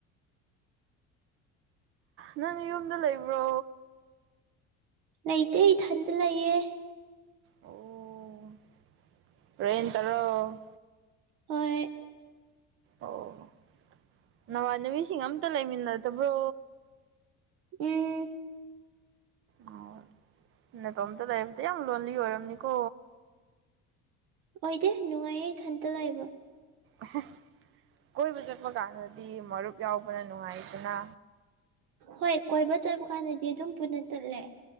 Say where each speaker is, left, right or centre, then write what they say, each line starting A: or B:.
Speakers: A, on the right; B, on the right.
A: ꯅꯪ ꯅꯌꯨꯝꯗ ꯂꯩꯕ꯭ꯔꯣ
B: ꯂꯩꯇꯦ ꯏꯊꯟꯗ ꯂꯩꯌꯦ
A: ꯑꯣ ꯔꯦꯟꯇꯔꯣ
B: ꯍꯣꯏ
A: ꯑꯣ ꯅꯃꯥꯟꯅꯕꯤꯁꯤꯡ ꯑꯝꯇ ꯂꯩꯃꯤꯟꯅꯗꯕ꯭ꯔꯣ
B: ꯎꯝ
A: ꯑꯣ ꯅꯇꯣꯝꯇ ꯂꯩꯕꯗꯤ ꯌꯥꯝ ꯂꯣꯟꯂꯤ ꯑꯣꯏꯔꯝꯅꯤꯀꯣ
B: ꯑꯣꯏꯗꯦ ꯅꯨꯡꯉꯥꯏꯌꯦ ꯏꯊꯟꯇ ꯂꯩꯕ
A: ꯑꯦꯍꯦ ꯀꯣꯏꯕ ꯆꯠꯄ ꯀꯥꯟꯗꯗꯤ ꯃꯔꯨꯞ ꯌꯥꯎꯕꯅ ꯅꯨꯡꯉꯥꯏꯗꯅ
B: ꯍꯣꯏ ꯀꯣꯏꯕ ꯆꯠꯄ ꯀꯥꯟꯗꯗꯤ ꯑꯗꯨꯝ ꯄꯨꯟꯅ ꯆꯠꯂꯦ